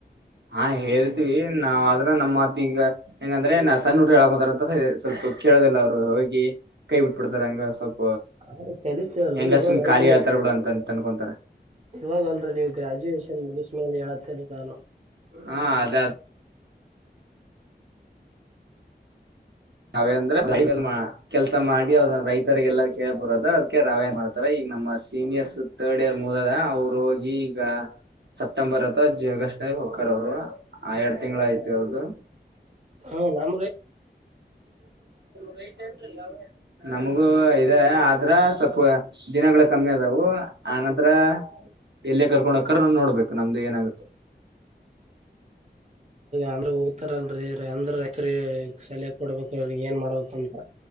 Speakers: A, on the right; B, on the right.
A: ಹಾ ಹೇಳ್ತಿೀವಿ ನಾವ್ ಅ್ರ ನಮ್ಮತ್ತ ಈಗ ಹೆಂಗಂದ್ರೆ ನ ಸಣ್ಣ ಹುಡು ಹೇಳಾಕ್ಂತಾರ ಅಂತ ಸ್ವಲ್ಪ ಕೇಳೋದಿಲ್ಲ ಅವ್ರು ಹೋಗಿ ಕೈ ಬಿಟ್ಬ ಬಿಡ್ತಾರ ಹಂಗ ಸ್ವಲ್ಪ
B: ಹ ಕಲಿತೇ ಅಲ್ರರಿ
A: ಹೆಂಗ
B: ಇವಾಗ
A: ಸುಮ್
B: ಅಲ್ರರಿ
A: ಖಾಲಿ ಹೇಳ್ತಾರ ಬಿಡು ಅಂತ ಅನ್ಕೊಂತಾರ
B: ಇವಾಗ ಅಲ್ರರಿ ನೀವು ಗ್ರಾಜುಯೇಷನ್ ಮುಗಿಸ್ಮೇಲೆ ಹೇಳತ್ತೇನೆ ನಾನು <inaudible>
A: ಹಾ ಅದ ರವೆ ಅಂದ್ರೆ ಕೆಲ್ಸ ಮಾಡಿ ಅವ್ರ ರೈತರಿಗೆ ಎಲ್ಲ ಕೇರಿ ಬರೋದು ಅದಕ ರವೆ ಮಾಡ್ತಾರ ಈಗ ನಮ್ಮ ಸೀನಿಯರ್ಸ್ ತರ್ಡ್ ಇಯರ್ ಮೂಲದ ಅವ್ರು ಹೋಗಿ ಈಗ ಸೆಪ್ಟೆಂಬರ್ ಅಥವಾ ಜೆ ಆಗಸ್ಟರಾಗ ಹಕ್ಕಾರ ಅವ್ರು ಆ ಎರಡ್ ತಿಂಗಂಗಳ ಯ್ತಿ ಅವ್ರದು
B: ಹಾ ನಮಗೆ
A: ವೈಟ್ ಏನ್ರಿರವೆ ನಮಗೂ ಇದೆ ಆದ್ರ ಸ್ವಲ್ಪ ದಿನಗಳ ಕಮ್ಮಿ ಅದವು ಆನಂತ್ರ ಎಲ್ಲೇ ಕರ್ಕೊಂಡ ಹೋಗ್ತಾ ರೆ ನೋಡ್ಬೇಕು ನಮ್ದು ಏನಾಗುತ್ತೆ
B: ಅಂದ್ರ ಹೋಗ್ತಾರಲ್ರರಿ ಅಂದ್ರ ತ್ರಿ ಸಲಹ ಕೊಡ್ಬೇಕ್ರಿ ಏನ್ ಮಾಡ್ಬೇಕಂತ